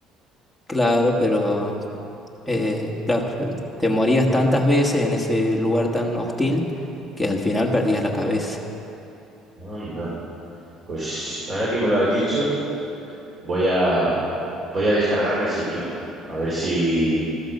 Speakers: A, in the centre; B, on the right.
A: Claro, pero eh, claro, te morías tantas veces en ese lugar tan hostil que al final perdías la cabeza.
B: Anda. Pues ahora que me lo has dicho, voy a, Voy a descargarme el Sekiro. A ver si,